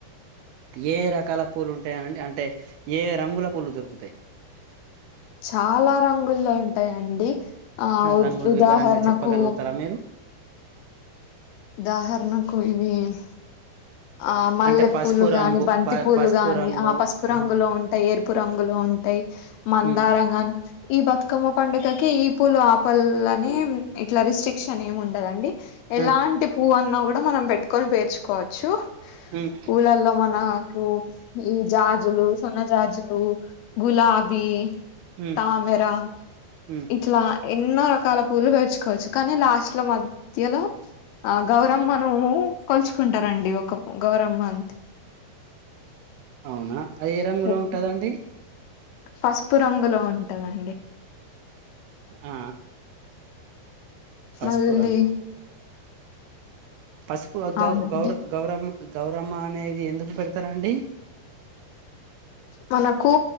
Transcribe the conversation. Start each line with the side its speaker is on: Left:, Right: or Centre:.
Right: ఏ రకాల పూలు ఉంటాయ అండి అంటే ఏ రంగుల పూలు దొరుకుతాయి
Left: చాలా రంగుల్లో ఉంటాయండి ఆ
Right: రంగులు
Left: ఉదాహరణకు
Right: వివరంగా చెప్పగలుగుతారా మీరు
Left: ఉదాహరణకు <unintelligible> ఆ మల్లె
Right: అంటే పసుపు
Left: పూలు
Right: రంగు
Left: గాని బంతి
Right: ప
Left: పూలు
Right: పసుపు
Left: గాని
Right: రంగు
Left: ఆ పసుపు
Right: ఆహా
Left: రంగులో ఉంటాయి పు రంగులు ఉంటాయి మందారంగాని
Right: ఉమ్
Left: ఈ బతుకమ్మ పండుగకి ఈ పూలు పల్లనే ఇట్లా రిస్ట్రిక్షన్ ఏమి ఉండదండి ఎలాంటి
Right: ఆ
Left: పూవున్న కూడా మనం పెట్టుకొని పేర్చుకోవచ్చు
Right: ఉమ్
Left: పూలల్లో మనకు ఈ జాజులు సన్న జాజులు గులాబీ
Right: ఉమ్
Left: తామేరా
Right: ఉమ్
Left: ఇట్లా ఎన్నో రకాల పూలు పేర్చుకోవచ్చు కానీ లాస్ట్ లో మధ్యలో ఆ గౌరమ్మను కొల్చుకుంటారండి ఒక గౌరమ్మ అంతె
Right: అవునా అయ రంగులో
Left: పెట్టి
Right: ఉంటుదండి
Left: పసుపు రంగులో ఉంటదం
Right: ఆ పసుపు
Left: మళ్ళీ
Right: రంగు పసుపు గౌ
Left: అవునండి
Right: గౌర్ గౌరం గౌర్ రమ అనేది ఎందుకు పెడతారండి
Left: మనకు